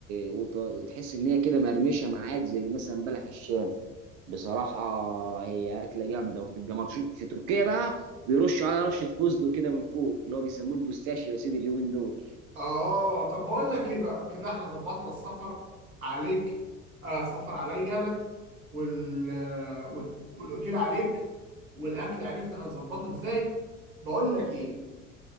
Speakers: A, on the right; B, on the right.
A: وت... وتحس ان هي كده مرمشه معاك زي مثلا بلح الشام بصراحة هي أكلة جامدة وتبقى مرشي في تركيا بقى بيرش على رشه فوزدو كده من فوق اللي هو بيسموه البوستاشيو يا سيدي اليومين دول
B: اه طب بقول لك ايه بقى كده احنا ظبطنا السفر عليك آه السفر عليا انا وال... آه، وال- والاوتيل عليك والاكل عرفنا هنظبطه ازاي بقول لك ايه